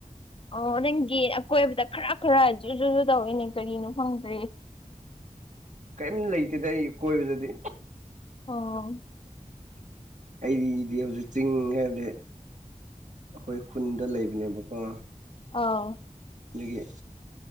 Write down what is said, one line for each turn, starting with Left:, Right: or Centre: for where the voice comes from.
Left: ꯑꯣ ꯅꯪꯒꯤ ꯑꯀꯣꯏꯕꯗ ꯈꯔꯥ ꯈꯔ ꯖꯨ ꯖꯨ ꯖꯨ ꯇꯧꯋꯤꯅꯦ ꯀꯔꯤꯅꯣ ꯈꯪꯗ꯭ꯔꯤ
Right: ꯀꯔꯤꯝ ꯂꯩꯇꯦꯗ ꯑꯩ ꯀꯣꯏꯕꯗꯗꯤ
Left: ꯑꯣ
Right: ꯑꯩꯗꯤ ꯏꯗꯤ ꯍꯧꯖꯤꯛ ꯆꯤꯡ ꯍꯥꯏꯕꯗꯤ ꯑꯩꯈꯣꯏ ꯈꯨꯟꯗ ꯂꯩꯕꯅꯦꯕꯀꯣ
Left: ꯑꯥꯎ
Right: ꯑꯒꯤ